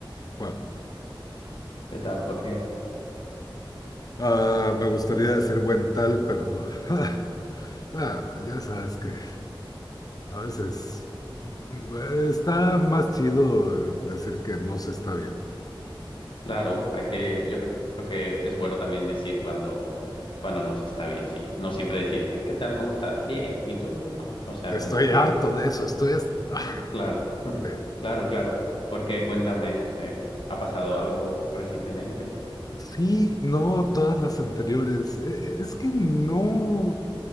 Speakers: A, on the left (about 45°); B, on the left (about 70°).
A: Juan.
B: ¿Qué tal, Jorge?
A: Ah, me gustaría decir buen tal, pero <laughs> ah, ya sabes que a veces mm, está más chido eh, decir que no se está bien.
B: Claro, hay que, yo creo que es bueno también decir cuando, cuando no se está bien, sí. No siempre decir, "Ah, ¿qué tal? ¿Cómo estás? Bien. ¿Y tú? No. O sea,
A: Estoy
B: como que,
A: harto de eso, estoy... hasta-
B: <laughs>
A: ah,
B: claro, <laughs>
A: sí.
B: claro, claro. Porque cuéntame, este, ¿ha pasado algo recientemente?
A: Sí, no, todas las anteriores. E- Es que no,